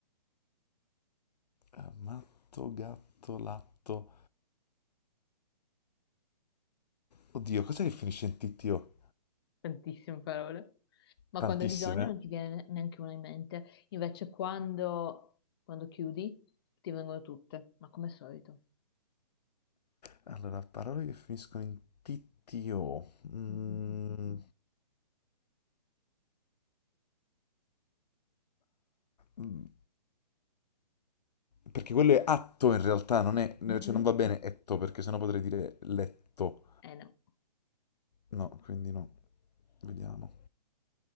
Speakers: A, on the left (about 80°); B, on the left (about 35°).
A: eh, matto, gatto, latto. Oddio, cos'è che finisce in TTO?
B: Tantissime parole. Ma
A: Tantissime,
B: quando hai bisogno
A: eh?
B: non ti viene neanche una in mente. Invece quando, quando chiudi ti vengono tutte, ma come al solito.
A: Allora, parole che finiscono in TTO. Mm,
B: Mm, mm,
A: mm, perché quello è atto in realtà, non è,
B: mm, mm.
A: cioè
B: Mhm.
A: non va bene etto, perché sennò potrei dire letto.
B: Eh no.
A: No, quindi no. Vediamo.